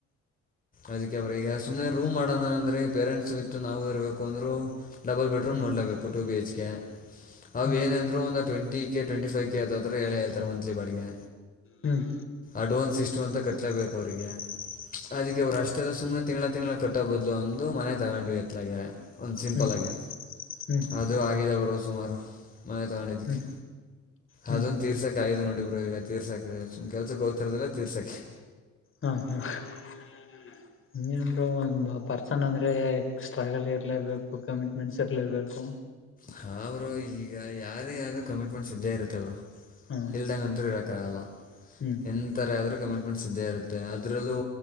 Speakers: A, on the left (about 30°); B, on the left (about 45°).
A: ಅದಕ್ಕೆ ಬ್ರೋ ಈಗ ಸುಮ್ಮನೆ ರೂಮ್ ಮಾಡೋಣ ಅಂದ್ರೆ ಪೇರೆಂಟ್ಸ್ ವಿತ್ತು <unintelligible> ನಾವು ಇರ್ಬೇಕು ಅಂದ್ರು ಡಬಲ್ ಬೆಡ್ರೂಮ್
B: ಹ್ಮ್
A: ನೋಡ್ಲೇಬೇಕು ಟು ಬಿ ಎಚ್ ಕೆ ಅವವು
B: ಹ್ಮ್ ಹ್ಮ್
A: ಏನಂದರೂ ಒಂದು twenty <unintelligible> K twenty five K ಹೇಳ ಹೇಳ್ತಾರೆ ಮತ್ಲಿ ಬಾಡಿಗೆ
B: ಹ್ಮ್
A: ಅಡ್ವಾನ್ಸ್ ಎಷ್ಟು ಅಂತ ಕಟ್ಲೇಬೇಕು ಅವರಿಗೆ ಅದಕ್ಕೆ ಅವ್ರು ಅಷ್ಟೆಲ್ಲ ಸುಮ್ನೆ ತಿಂಗಳ ತಿಂಗಳ ಕಟ್ಟೋ ಬದ್ಲು ಒಂದು ಮನೆ ತಗೊಂಡ್ವಿ ಎತ್ಲಗೆ ಒಂದು ಸಿಂಪಲಗೆ
B: ಹ್ಮ್ ಹ್ಮ್
A: ಅದು ಆಗಿದೆ ಅವರು ಸುಮಾರು ಮನೆ ತೊಗೊಂಡಿದ್ದಕ್ಕೆ
B: ಹ್ಮ್ ಹ್ಮ್
A: ಅದೊಂದು ತೀರ್ಸೋಕ್ಕೆ ಆಗಿದೆ ನೋಡಿ ಬರು <unintelligible> <unintelligible> ಯೋಗ ತೀರ್ಸಾಕು್ ಕೆಲ್ಸಕ್ಕೆ ಹೋಗ್ತಿರದಲ್ಲ ತೀರ್ಸಾಕೆ
B: ಹ್ಮ ಹಾ <unintelligible> <unintelligible> ಇನ್ನನ್ರು ಒಂದು ಪರ್ಸನ್ ಅಂದ್ರೆ ಸ್ಟ್ರಗಲ್ ಇರ್ಲೇಬೇಕು ಕಮಿಟ್ಮೆಂಟ್ಸ್ ಇರ್ಲೇಬೇಕು
A: ಹಾ ಬ್ರೋ ಈಗ ಯಾರಿಗಾದ್ರೂ ಕಮಿಟ್ಮೆಂಟ್ಸ್ ಇದ್ದೆ ಇರುತ್ತೆ ಹಲ್ವಾ
B: ಹಾ
A: ಇಲ್ದಂಗ ಅಂತೂ ಇರ <unintelligible> ಕಾ <unintelligible> ಲ
B: ಹ್ಮ್
A: ಎಂಥರ ಆದ್ರೂ ಕಮಿಟ್ಮೆಂಟ್ಸ್ ಇದ್ದೇ ಇರುತ್ತೆ ಅದ್ರಲ್ಲೂ